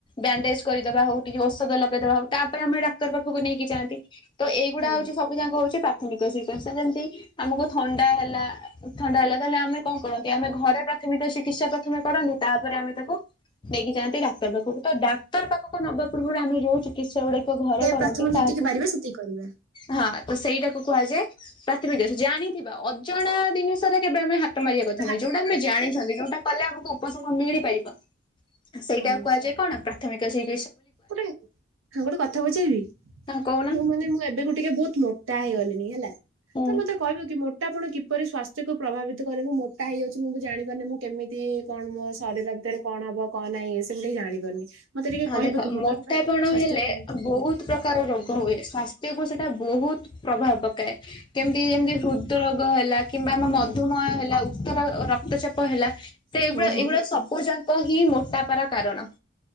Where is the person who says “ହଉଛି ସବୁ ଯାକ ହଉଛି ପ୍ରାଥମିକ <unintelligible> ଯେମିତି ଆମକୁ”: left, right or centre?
Left